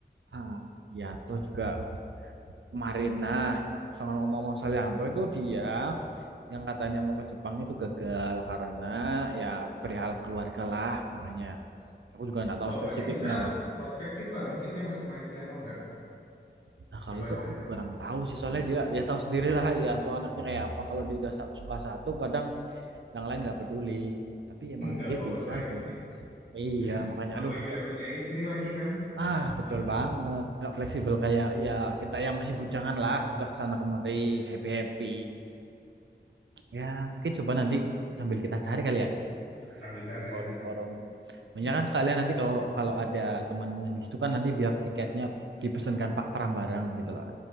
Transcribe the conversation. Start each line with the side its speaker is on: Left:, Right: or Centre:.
Right: Ah, Yanto juga kemarin. Nah, soal ngomong-ngomong soal Yanto itu dia yang katanya mau ke Jepang itu gagal karena ya perihal keluarga lah makanya aku juga nggak tahu
Left: Oh,
Right: spesifiknya
Left: berarti bisa lah.
Right: lah
Left: Prospektif lah. Mungkin dia masih main piano nggak?
Right: nah kalau
Left: Coba
Right: itu
Left: ditanya.
Right: aku juga kurang tahu sih soalnya dia ya tahu sendiri lah Yanto anaknya kayak apa kalau dia udah suka satu kadang yang lain nggak peduli tapi
Left: <laughs>
Right: emang
Left: Nggak
Right: dia
Left: fokus
Right: bisa
Left: lagi.
Right: sih iya
Left: <laughs>
Right: makanya
Left: Belum
Right: aduh
Left: lagi udah punya istri lagi kan?
Right: Ah, betul
Left: Waduh.
Right: banget. Nggak fleksibel kayak ya kita yang masih bujangan lah, bisa ke sana kemari,
Left: Ya,
Right: happy-happy. Ya, mungkin coba nanti sambil kita cari kali ya
Left: Sambil cari
Right: di forum-forum.
Left: aja nanti.
Right: Makanya
Left: Hmm.
Right: kan sekalian nanti kalau kalau ada temanmu yang di situ kan nanti biar tiketnya dipesankan Pak Pram bareng gitu loh.